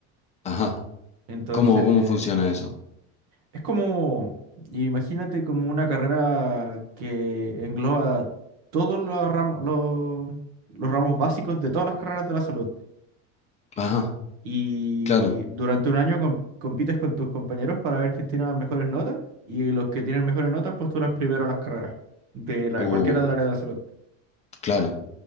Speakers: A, on the left (about 20°); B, on the right (about 70°).
A: ajá.
B: Entonces,
A: ¿Cómo, cómo funciona eso?
B: es como, imagínate como una carrera que engloba todos los ramos, los los ramos básicos de todas las carreras de la salud.
A: Ajá,
B: Y
A: claro.
B: durante un año com- compites con tus compañeros para ver quién tiene las mejores notas. Y los que tienen mejores notas postulan primero a las carreras de la,
A: Uh,
B: cualquiera del área de la salud.
A: claro.